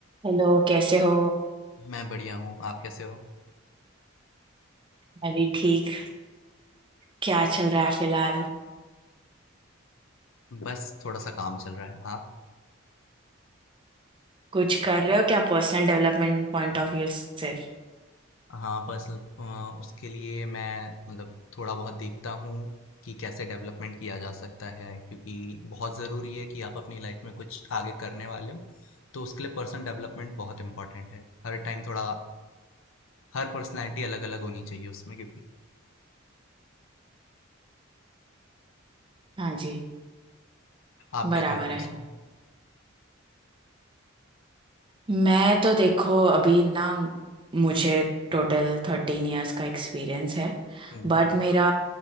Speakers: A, on the right (about 25°); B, on the left (about 70°).
A: Hello कैसे हो
B: मैं बढ़िया हूँ, आप कैसे हो?
A: मैं भी ठीक क्या चल रहा है फिलहाल
B: बस थोड़ा-सा काम चल रहा है, आप?
A: कुछ कर रहे हो क्या personal development point of view से
B: हाँ, बस अ, उसके लिए मैं मतलब थोड़ा बहुत देखता हूँ कि कैसे डेवलपमेंट किया जा सकता है क्योंकि बहुत ज़रूरी है कि आप अपनी लाइफ में कुछ आगे करने वाले हो, तो उसके लिए पर्सनल डेवलपमेंट बहुत इम्पोर्टेंट है। हर टाइम थोड़ा हर पर्सनैलिटी अलग-अलग होनी चाहिए उसमें क्योंकि
A: हाँ जी
B: आप
A: बराबर
B: क्या कर रहे
A: है
B: हो उसमें?
A: मैं तो देखो अभी ना मुझे टोटल थर्टीन इयर्स का एक्सपीरियंस है
B: हुँ।
A: बट मेरा